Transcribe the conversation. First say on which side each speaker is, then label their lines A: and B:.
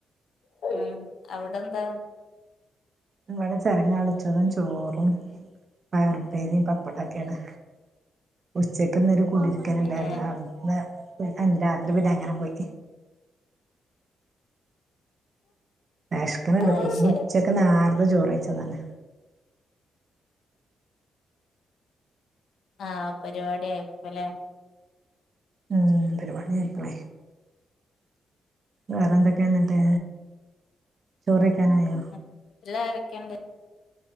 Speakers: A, on the left (about 65°); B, on the right (about 35°).
A: ഉം അവിടെ എന്താ?
B: ഇവിടെ ചരങ്ങളിച്ചതും ചോറും പയരുപേരി പപ്പടക്കടകേന് ഉച്ചക്ക്ന്നൊരു കുടിരിക്കൽ ഉണ്ടായിരുന്നു
A: ഏഹ്
B: അന്ന് അന്ന് രാത്രി പിന്നെ അങ്ങനെ പോയി വേശ്കുന്ണ്ട്
A: അത്
B: കൂഞ്ഞു
A: ശരി
B: ഉച്ചക്ക് നാർത്ത ചോറ്യച്ചതാണ്
A: ആഹ് പരിപാടിയപ്പലെ
B: മ്മ് പരിപാടി അക്കളേ വേറെ എന്തൊക്കെ എന്നിട്ട് ചോറ്വെയ്ക്കാനായോ
A: <unintelligible> വീട്ടില ആരൊക്കെയണ്ട്